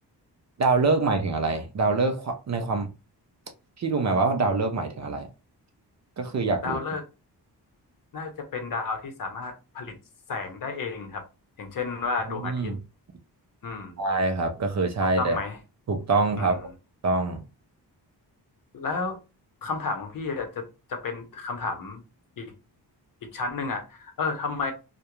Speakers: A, on the right; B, on the left.
A: ดาวฤกษ์หมายถึงอะไรดาวฤกษ์ควในความพี่รู้ไหมว่าดาวฤกษ์หมายถึงอะไรอะก็คืออยากรู้
B: <laughs> ดาวฤกษ์น่าจะเป็นดาวที่สามารถผลิตแสงได้เองครับอย่างเช่นว่าดวงอาทิตย์
A: อืม
B: อืม
A: ใช่ครับก็คือใช่เลย
B: ถูกต้องไหม
A: ถูกต้องครับถูกต้อง
B: อืม แล้วคำถามของพี่อะจะจะเป็นคำถามอีกอีกชั้นหนึ่งอ่ะเออทำไม